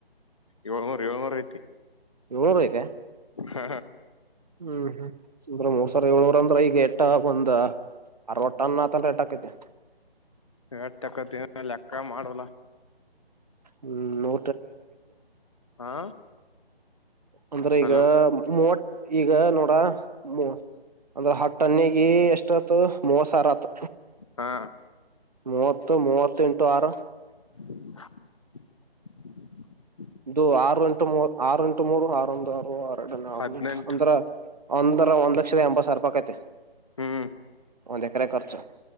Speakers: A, on the left; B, on the right.
A: ಏಳ್ನೂರ್ ಏಳ್ನೂರ್ ಐತಿ.
B: ಏಳ್ನೂರ್ ಐತೆ
A: ಹ
B: ಹ್ಮ್ ಹ್ಮ್ ಅಂದ್ರ ಮೋಸ. ಏಳ್ನೂರ ಅಂದ್ರ ಈಗ ಎಟ್ಟಾ ವಂದ. ಅರವತ್ತ ಟನ್ ಆತಂದ್ರ ಎಟಾಕ್ತೈತಿ.
A: ಎಟ್ ಅಕ್ಕೖತಿ ಲೆಕ್ಕಾ ಮಾಡ್ರಲ್ಲ.
B: ಹ್ಮ್ ನೋ
A: ಹಾ
B: ಅಂದ್ರ ಈಗ
A: ಹಲೋ
B: ಮೂವತ್ತ್ ಈಗ ನೋಡ ಹ್ಮ ಅಂದ್ರ ಹತ್ತ ಟನ್ಗಿ ಎಸ್ಟ್ ಆತು ಮೂವತ್ತು ಸಾವ್ರಾತು.
A: ಹಾ
B: ಮೂವತ್ತು ಮೂವತ್ತೆಂಟು ಆರು
A: <inaudible>
B: ಇದು ಆರು ಇಂಟು ಮೂವತ್ತು ಆರು ಟು ಮೂರು ಆರೊಂದ್ ಆರು ಆರ ಎರಡ ಹನ್ನೆರಡು
A: ಹದ್ನೆಂಟ
B: ಹದ್ನೆಂಟ್ ಅಂದ್ರ ಅಂದ್ರ ಒಂದ್ ಲಕ್ಷದ ಎಂಬತ್ ಸಾವ್ರ ರೂಪಾಯಿ ಅಕೈತಿ.
A: ಹ್ಮ್
B: ಒಂದು ಎಕರೆ ಖರ್ಚು.